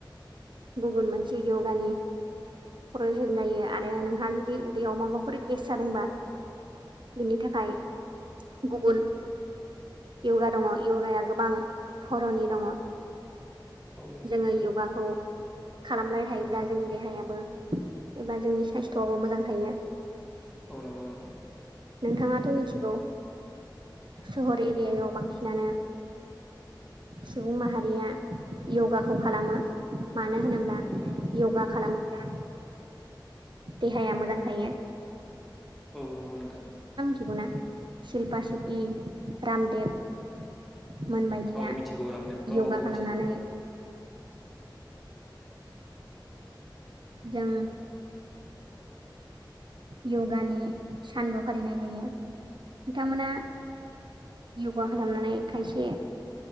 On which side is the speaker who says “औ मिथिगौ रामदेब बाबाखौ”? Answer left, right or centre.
Centre